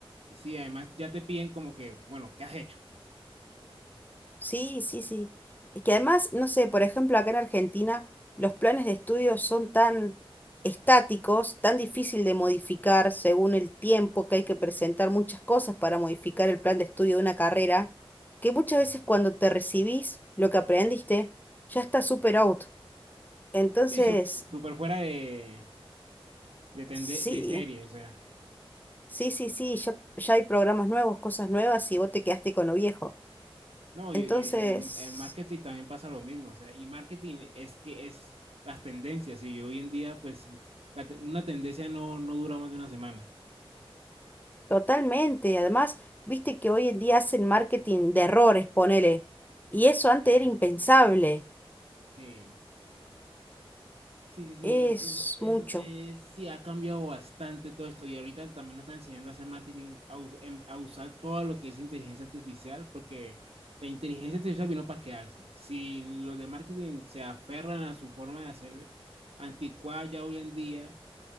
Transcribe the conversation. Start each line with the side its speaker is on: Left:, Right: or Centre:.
Right: sí, además ya te piden como que, bueno, ¿qué has hecho?
Left: Sí, sí, sí. Y que además, no sé, por ejemplo, acá en Argentina los planes de estudio son tan estáticos, tan difícil de modificar según el tiempo que hay que presentar muchas cosas para modificar el plan de estudio de una carrera, que muchas
Right: Ah,
Left: veces cuando te recibís lo que aprendiste ya está super out. Entonces,
Right: Sí, su- súper fuera de, de, tende-
Left: sí,
Right: de serie, o sea.
Left: sí, sí, sí, ya, ya hay programas nuevos, cosas nuevas y vos te quedaste con lo viejo.
Right: No,
Left: Entonces...
Right: y, y en, en- en marketing también pasa lo mismo, o sea, y marketing es que es las tendencias, y hoy en día, pues, la te- una tendencia no, no dura más de una semana.
Left: Totalmente. Además, viste que hoy en día hacen marketing de errores, ponele. Y eso antes
Right: Eh,
Left: era impensable.
Right: sí, sí, sí, sí,
Left: Es
Right: es- es-
Left: mucho.
Right: es- sí, ha cambiado bastante todo esto, y ahorita también nos están enseñando a hacer marketing, a, us- em- a usar todo lo que es inteligencia artificial, porque la inteligencia artificial vino para quedarse. Si los de marketing se aferran a su forma de hacer anticuada ya hoy en día,